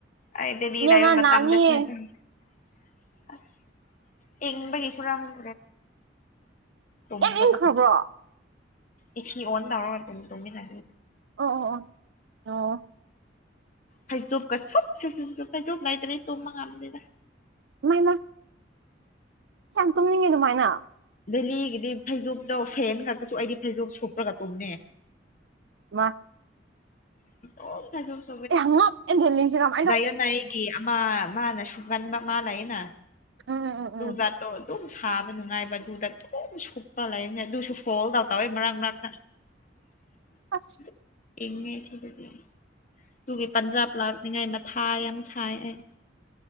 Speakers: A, on the left; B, on the right.
A: ꯑꯩꯗꯗꯤ
B: ꯏꯕꯦꯝꯃ
A: <unintelligible> ꯃꯇꯝꯗ
B: ꯅꯥꯅꯤꯌꯦ
A: <unintelligible> ꯏꯤꯡꯕꯒꯤꯁꯨ <unintelligible> ꯇꯨꯝꯕꯗ
B: ꯌꯥꯝ ꯏꯪꯈ꯭ꯔꯕ꯭ꯔꯣ
A: ꯏ ꯁꯤ ꯑꯣꯟ ꯇꯧꯔꯒ ꯇꯨꯝ ꯇꯨꯝꯃꯤꯟꯅꯁꯤ
B: ꯑꯣ ꯑꯣ ꯑꯣ ꯅꯣꯋꯣ
A: ꯐꯩꯖꯨꯞꯀ ꯁꯨꯞ ꯁꯨ ꯁꯨ ꯁꯨꯞꯄꯦ ꯐꯩꯖꯣꯨꯞ ꯂꯩꯇ꯭ꯔꯦ ꯇꯨꯝꯕ ꯉꯝꯗꯦꯗ
B: ꯃꯩꯃ ꯁ ꯇꯨꯝꯅꯤꯡꯉꯦ ꯑꯗꯨꯃꯥꯏꯅ
A: ꯗꯦꯜꯂꯤꯒꯤꯗꯤ ꯐꯩꯖꯨꯞꯇꯣ ꯐꯦꯟ ꯉꯛꯇꯁꯨ ꯑꯩꯗꯤ ꯐꯩꯖꯨꯞ ꯁꯨꯞꯄ꯭ꯔꯒ ꯇꯨꯝꯃꯦ
B: ꯃꯥ
A: <unintelligible> <unintelligible>
B: ꯑꯦ ꯉꯛꯑꯦ ꯗꯦꯂꯤꯁꯤ ꯌꯥꯝ
A: ꯖꯩꯌꯣ ꯅꯩꯒꯤ ꯑꯃ ꯃꯥꯅ ꯁꯨꯒꯟꯕ ꯃꯥ ꯂꯩꯌꯦꯅ
B: ꯎꯝ ꯎꯝ ꯎꯝ
A: ꯇꯨꯖꯥꯠꯇꯣ
B: ꯎꯝ
A: ꯑꯗꯨꯝ ꯁꯥꯕ ꯅꯨꯡꯉꯥꯏꯕ ꯑꯗꯨꯗ ꯑꯗꯨꯝ ꯁꯨꯞꯄ ꯂꯩꯕꯅꯦ ꯑꯗꯨꯁꯨ ꯐꯣꯜꯗ ꯇꯧꯋꯦ ꯃꯔꯛ ꯃꯔꯛꯇ <inaudible>
B: ꯑꯥꯁ
A: ꯏꯤꯡꯉꯦ ꯁꯤꯗꯗꯤ ꯇꯨꯒꯤ ꯄꯟꯖꯥꯕ ꯂꯥꯛꯅꯤꯡꯉꯥꯏ ꯃꯊꯥ ꯌꯥꯝ ꯁꯥꯏ ꯑꯩ